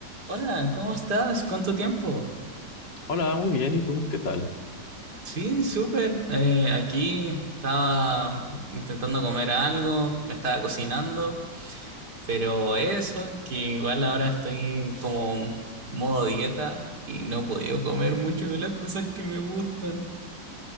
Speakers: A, on the right; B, on the left.
A: Hola, ¿cómo estás? ¿Cuánto tiempo?
B: Hola, muy bien. ¿Y tú? ¿Qué tal?
A: Sí, súper. Eh, aquí estaba intentando comer algo, me estaba cocinando, pero eso, que igual ahora estoy en como en modo dieta y no he podido comer mucho de las cosas que me gustan.